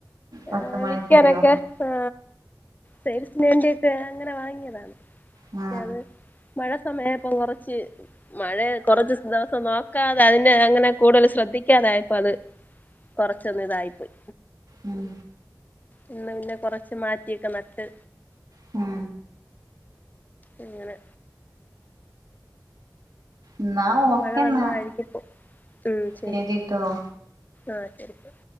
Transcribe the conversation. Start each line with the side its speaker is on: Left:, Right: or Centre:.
Right: പത്ത്
Left: ആ
Right: മണി
Left: വിയ്ക്കാനൊക്കെ
Right: ചെടിയോ
Left: ആ സേൽസിന് വേണ്ടിയൊക്കെ ഇന്നലെ വാങ്ങിയതാണ്
Right: ആ
Left: പക്ഷെ അത് മഴ സമയായപ്പം കൊറച്ച് മഴയെ കൊറച്ച് ദെവസം നോക്കാതെ അതിന്റെ അങ്ങനെ കൂടുതല് ശ്രദ്ധിക്കാതായപ്പോ അത് കൊറച്ചൊന്ന് ഇതായിപ്പോയ്
Right: ഉം
Left: ഞങ്ങള് പിന്നെ കൊറച്ച് മാറ്റിയൊക്കെ നട്ട്
Right: ആ
Left: അങ്ങനെ
Right: എന്നാ ഓക്കെന്നാ
Left: മഴ വന്നഴികീപ്പോ ഉം ശരി
Right: ശരിട്ടോ
Left: ആ ശരിപ്പം